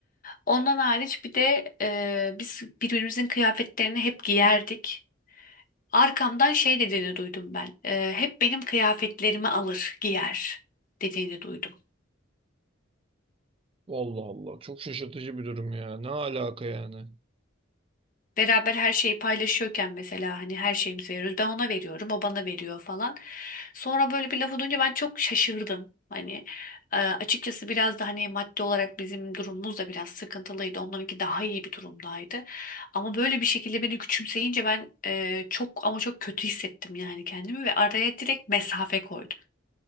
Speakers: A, on the left (about 40°); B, on the right (about 25°).
A: Ondan hariç bir de e, biz birbirimizin kıyafetlerini hep giyerdik. Arkamdan şey dediğini duydum ben. E, hep benim kıyafetlerimi alır, giyer dediğini duydum.
B: Allah Allah. Çok şaşırtıcı bir durum ya. Ne alaka yani?
A: Beraber her şeyi paylaşıyorken mesela hani her şeyimizi veriyoruz. Ben ona veriyorum, o bana veriyor falan. Sonra böyle bir lafı duyunca ben çok şaşırdım. Hani e, açıkçası biraz da hani maddi olarak bizim durumumuz da biraz sıkıntılıydı. Onlarınki daha iyi bir durumdaydı. Ama böyle bir şekilde beni küçümseyince ben e, çok ama çok kötü hissettim yani kendimi ve araya direkt mesafe koydum.